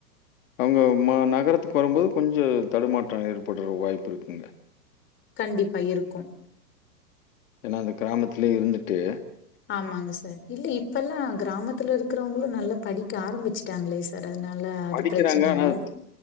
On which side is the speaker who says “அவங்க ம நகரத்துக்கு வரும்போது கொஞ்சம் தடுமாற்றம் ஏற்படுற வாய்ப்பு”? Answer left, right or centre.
Left